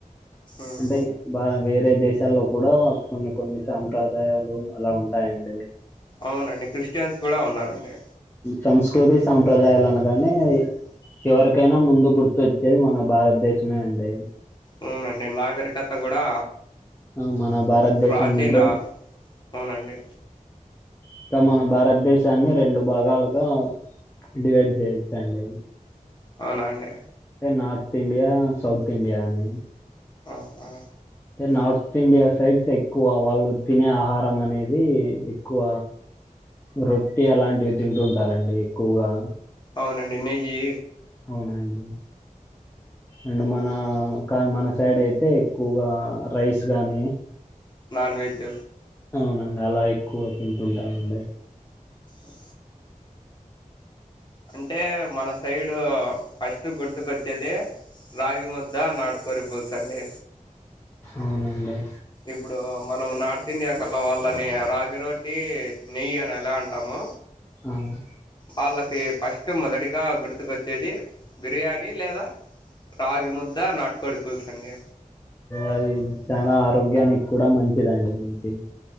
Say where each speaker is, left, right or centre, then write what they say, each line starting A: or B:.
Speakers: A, on the left; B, on the left.
A: మ్మ్
B: అంటే బా వేర వేరే దేశాల్లో కూడా కొన్ని కొన్ని సాంప్రదాయాలు అలా ఉంటాయండి
A: అవునండి క్రిస్టియన్స్ కూడా ఉన్నారండి
B: సంస్కృతి సంప్రదాల అందుకే ఎవరికైనా ముందు గుర్తొచ్చేది మన భారతదేశమే అండి
A: అవునండి నాగరికత కూడా
B: ఆ మన భారతదేశం
A: ప్రాచీన
B: నుండే
A: అవునండి
B: ఇకా మన భారతదేశాన్ని రెండు భాగాలుగా డివైడ్ చేయొచ్చండి
A: అవునండి
B: నార్థ ఇండియా సాౌత్ ఇండియాని
A: ఆఓహ
B: అంటే నార్త్ ఇండియా సైడ్స్ ఎక్కువ వాళ్ళు తినే ఆహారం అనేది ఎక్కువ రొట్టి అలాంటివి తింటుంటారండి ఎక్కువగా
A: అవునండి నెయ్యి
B: అవునండి అండ్ మన మన సైడ్ అయితే ఎక్కువగా రైస్ కానీ
A: నాన్ వెజ్
B: అవునాండి అలా ఎక్కువ తింటుంటాముండి
A: అఓ అంటే మన సైడు ఫస్ట్ గుర్తుకొచ్చేది రాగి ముద్ద నాటుకోరి పులుస్ అండి
B: అవునండి
A: ఇప్పుడు మనం నాడు తిండియాకలా వాళ్ళని రాగి రోటి నెయ్యి అని ఎలా అంటాము
B: అవును
A: వాళ్ళకి ఫస్ట్ మొదటిగా గుర్తుకు వచ్చేది బిర్యానీ లేదా రాగి ముద్ద నాటుకోడి పులుసు అండి
B: అది చాలా ఆరోగ్యానికి కూడా మంచిదండి మనకి